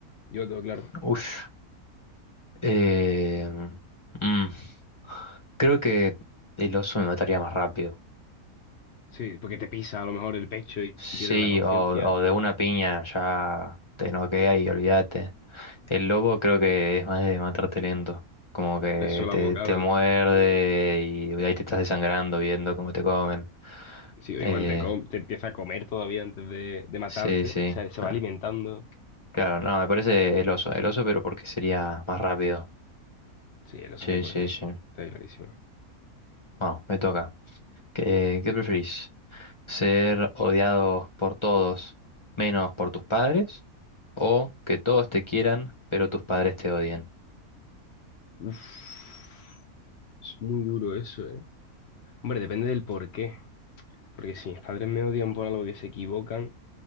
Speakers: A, on the left; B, on the left.
A: Yo lo tengo claro.
B: Ush. Eh, mm, creo que el oso me mataría más rápido.
A: Sí, porque te pisa a lo mejor el pecho y
B: Sí,
A: pierdes la conciencia.
B: o, o de una piña ya te noquea y olvídate. El lobo creo que es más de matarte lento. Como que
A: Tres solos
B: te,
A: bocados.
B: te muerde y ahí te estás desangrando viendo cómo te comen.
A: Sí, o
B: Eh,
A: igual te, com- te empieza a comer todavía antes de, de matarte.
B: sí, sí.
A: O sea, se
B: Ah,
A: va alimentando.
B: claro, no, me parece el oso. El oso, pero porque sería más rápido.
A: Sí, eso
B: Sí,
A: 100%.
B: sí, sí.
A: Está clarísimo.
B: Bueno, me toca. ¿Qué, qué preferís? ¿Ser odiado por todos menos por tus padres? ¿O que todos te quieran pero tus padres te odien?
A: Uf, es muy duro eso, ¿eh? Hombre, depende del por qué. Porque si mis padres me odian por algo que se equivocan,